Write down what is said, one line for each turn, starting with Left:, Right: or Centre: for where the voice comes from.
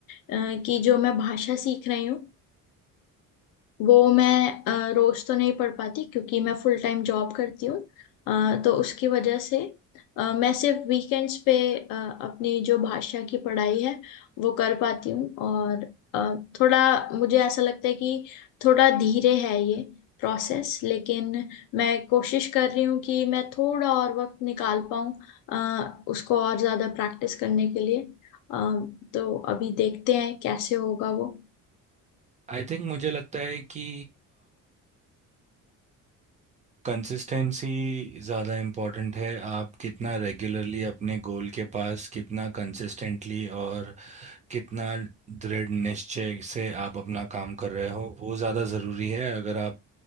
Left: अ, कि जो मैं भाषा सीख रही हूँ वो मैं अ, रोज तो नहीं पढ़ पाती क्योंकि मैं फुल टाइम जॉब करती हूँ अ, तो उसकी वजह से अ, मैं सिर्फ वीकेंड्स पे अ, अपनी जो भाषा की पढ़ाई है वो कर पाती हूँ और अ, थोड़ा मुझे ऐसा लगता है कि थोड़ा धीरे है ये प्रोसेस लेकिन मैं कोशिश कर रही हूँ कि मैं थोड़ा और वक्त निकाल पाऊँ अ, उसको और ज़्यादा प्रैक्टिस करने के लिए अ, तो अभी देखते हैं कैसे होगा वो
Right: आई थिंक मुझे लगता है कि कंसिस्टेंसी ज़्यादा इम्पोर्टेंट है आप कितना रेगुलरली अपने गोल के पास कितना कंसिस्टेंटली और कितना दृढ़ निश्चय से आप अपना काम कर रहे हो वो ज़्यादा ज़रूरी है अगर आप